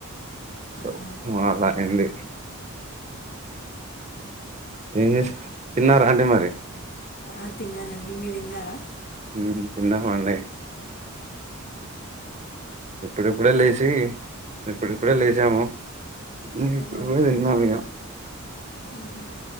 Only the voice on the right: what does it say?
సో
అలా అండి ఏం చేస్ తిన్నరా అండి మరి
హ్మ్మ్ తిన్నాం అండి ఇప్పుడిప్పుడే లేచి ఇప్పుడిప్పుడే లేచాము హ్మ్మ్
ఇప్పుడే తిన్నాం ఇగ